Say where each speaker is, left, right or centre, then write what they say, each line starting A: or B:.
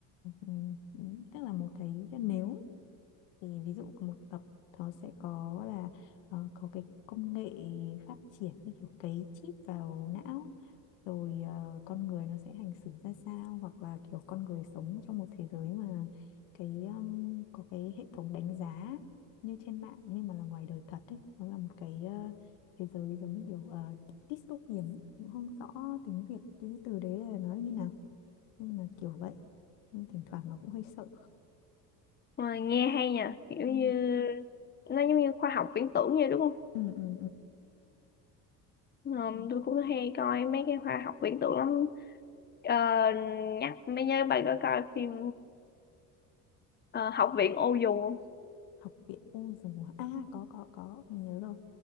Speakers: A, on the left (about 85°); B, on the left (about 25°).
A: ừm, ừm, tức là một cái nếu thì ví dụ có một tập nó sẽ có là ờ, có cái công nghệ phát triển như kiểu cấy chip vào não rồi ờ, con người nó sẽ hành xử ra sao hoặc là kiểu con người sống trong một thế giới mà cái um, có cái hệ thống đánh giá như trên mạng nhưng mà là ngoài đời thật ấy nó là một cái ờ, thế giới giống như kiểu ờ, dystopian ấy. Cũng không rõ tiếng Việt cái từ đấy là nói như nào nhưng mà kiểu vậy nhưng thỉnh thoảng nó cũng hơi sợ
B: ờ, nghe hay nhỉ kiểu
A: ừ
B: như nó giống như khoa học viễn tưởng vậy đúng không
A: ừ ừ,
B: Ờm,
A: ừ.
B: tôi cũng hay coi mấy cái khoa học viễn tưởng lắm Ờ, nhắc mấy nhớ bạn có coi phim ờ, Học viện ô dù không?
A: học viện ôi dùng à có có có mình nhớ rồi